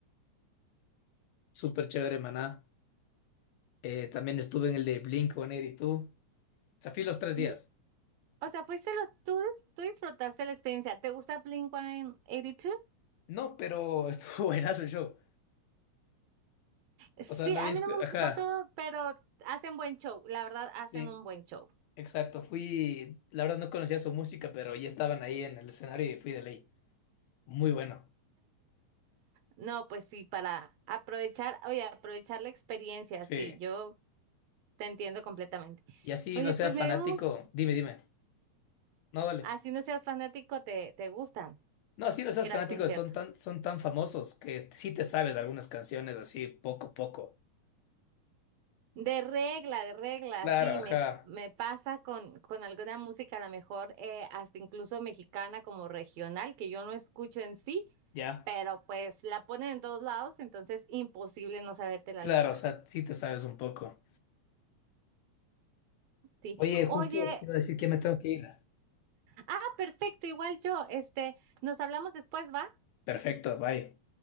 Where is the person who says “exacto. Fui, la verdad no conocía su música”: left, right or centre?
Left